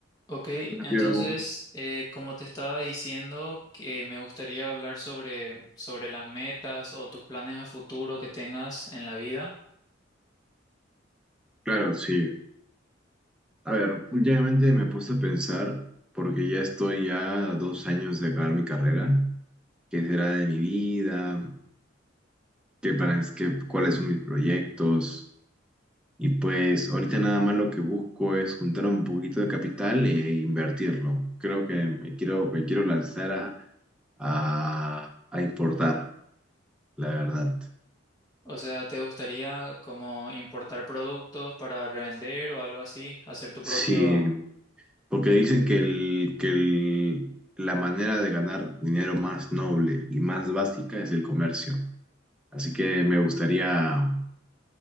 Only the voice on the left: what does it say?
Ok,
entonces, eh, como te estaba diciendo, que me gustaría hablar sobre, sobre las metas o tus planes a futuro que tengas en la vida.
O sea, ¿te gustaría como importar productos para revender o algo así? Hacer tu
propio...